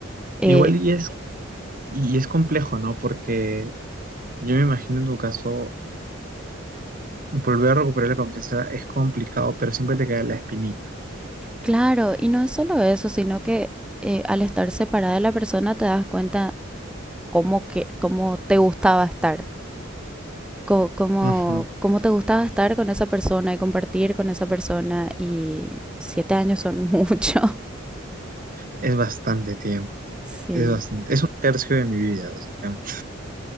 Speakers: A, in the centre; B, on the right.
A: Eh,
B: Igual y es, y es complejo, ¿no? Porque yo me imagino en tu caso, volver a recuperar la confianza es complicado, pero siempre te queda la espinita.
A: claro, y no es solo eso, sino que eh, al estar separada de la persona te das cuenta cómo que, cómo te gustaba estar, co- cómo,
B: Ujú.
A: cómo te gustaba estar con esa persona y compartir con esa persona. Y siete años son <laughs> mucho.
B: Es bastante tiempo.
A: Sí.
B: Es bastante- es un tercio de mi vida, básicamente.